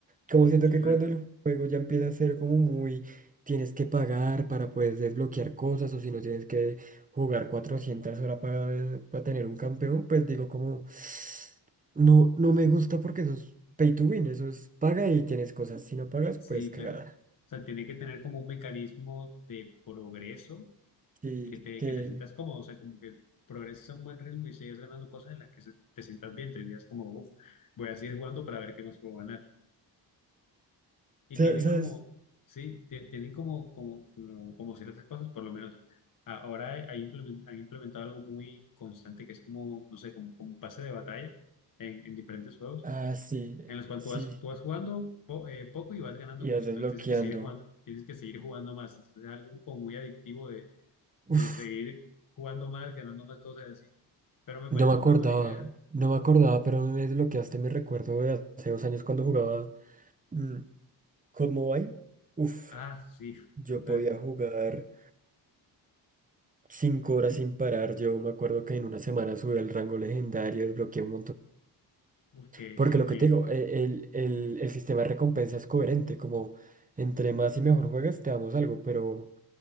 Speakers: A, on the right; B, on the left.
A: Como
B: <laughs>
A: siento
B: Sí,
A: que
B: claro,
A: cuando el juego ya empieza a ser como muy, tienes que pagar para poder desbloquear cosas o si no tienes que jugar 400 horas para, para tener un campeón, pues digo como, no, no me gusta porque eso es pay to win, eso es paga y tienes cosas, si no pagas,
B: sí,
A: pues
B: claro.
A: cagada.
B: O sea, tiene que tener como un mecanismo de progreso
A: Y
B: que te,
A: que,
B: que te sientas cómodo, o sea, como que progreses a un buen ritmo y sigas ganando cosas en las que se- te sientas bien, te digas como, uff, voy a seguir jugando para ver qué más puedo ganar. Y
A: sa-
B: tienen
A: ¿sabes?
B: como, sí, ti- tienen como, como, como, como ciertas cosas, por lo menos. A- Ahora hay implemen- han implementado algo muy constante que es como, no sé, como, como un pase de batalla en, en diferentes juegos,
A: Ah, sí,
B: en los cuales
A: sí.
B: tú vas, tú vas jugando po- eh, poco y vas ganando
A: Ibas
B: cosas,
A: desbloqueando.
B: entonces tienes que seguir jugando, tienes que seguir jugando más, entonces es algo como muy adictivo de
A: Uf,
B: seguir jugando más, ganando más cosas y así. Pero me
A: no
B: parece
A: me acordaba,
B: una buena idea.
A: no me acordaba, pero me desbloqueaste mi recuerdo de hace dos años cuando jugaba mm, COD Mobile. Uf,
B: Ah, sí, <laughs>
A: yo
B: total.
A: podía jugar cinco horas sin parar. Yo me acuerdo que en una semana subí al rango legendario, desbloqueé un montón.
B: Uf, que, <laughs>
A: Porque lo que
B: que-
A: te digo, eh, el, el, el sistema de recompensa es coherente, como entre más y mejor juegas, te damos algo, pero